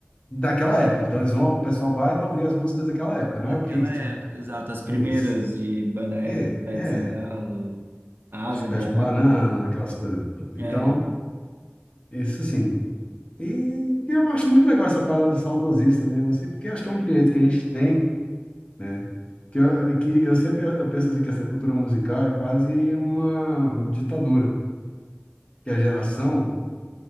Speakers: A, on the left; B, on the right.
A: daquela época. Então eles vão, o pessoal vai para ouvir as músicas daquela época, não
B: Daquela
A: é o que se-
B: época, exato. As primeiras
A: isso.
B: de Banda Eva,
A: É,
B: Ivete
A: é,
B: de Sangalo, Asa
A: acho que
B: de
A: acho
B: Águia.
A: que banana, aquelas coisas todas.
B: É.
A: Então, isso assim. E eu acho muito legal essa parada saudosista mesmo assim, porque acho que é um direito que a gente tem, né? Que eu, que eu sempre eu penso assim que essa cultura musical é quase uma ditadura, que a geração